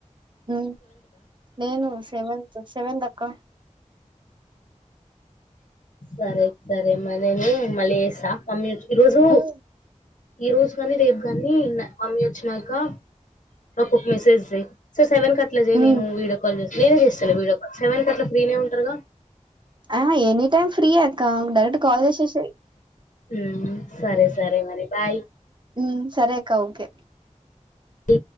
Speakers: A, on the right; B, on the left.
A: హ నేను సేవంత్ సేవంత్ అక్క
B: సరే సరే మరి నిను మల్లీ చేస్తా మమ్మీ వచ్ ఈ రోజు
A: ఉమ్,
B: ఈ రోజు కానీ రేపు కాని మమ్మీ వచ్చినాక నాకు ఒక మెసేజ్ చెయ్ సో సెవెన్ కట్ల ఛాయ్
A: ఉమ్.
B: నేను వీడియో కాల్ చేస్తాను నేనే చేస్తా లే వీడియో కాల్ సెవెన్ కి అట్లా ఫ్రీనే ఉంటారు గా
A: ఆ ఎనీ టైమ్ ఫ్రీ ఏ అక్క డైరెక్ట్ కాల్ చేసే
B: హు సరే సరే మరి బాయ్
A: హు సరే అక్క ఓకే
B: అ